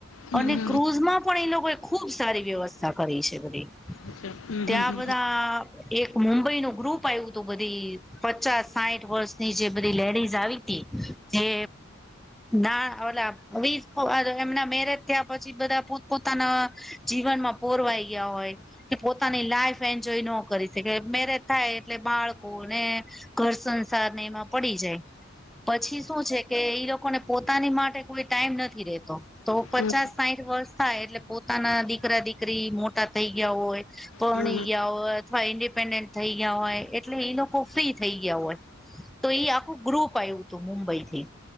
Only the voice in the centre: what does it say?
અને
ક્રૂઝમાં પણ એ લોકોએ ખૂબ સારી વ્યવસ્થા કરી છે બધી
ત્યાં
બધા એક મુંબઈનું ગ્રુપ આવ્યું હતું બધી પચાસ સાઈઠ વર્ષની જે બધી લેડીઝ આવી હતી જે ના <unintelligible> મેરેજ થયા પછી બધા પોતપોતાના જીવનમાં પોરવાઈ ગયા હોય કે પોતાની લાઈફ એન્જોય ન કરી શકે મેરેજ થાય એટલે બાળકોને ઘર સંસાર ને એમાં પડી જાય પછી શું છે કે ઈ લોકોને પોતાને માટે કોઈ ટાઈમ નથી રહેતો તો પચાસ
સાઈઠ વર્ષ થાય એટલે પોતાના દીકરા દીકરી મોટા થઈ ગયા હોય ભણી
ગયા હોય અથવા ઇન્ડિપેન્ડન્ટ થઈ ગયા હોય એટલે ઈ લોકો ફ્રી થઈ ગયા હોય. તો ઈ આખું ગ્રુપ આવ્યું હતું મુંબઈથી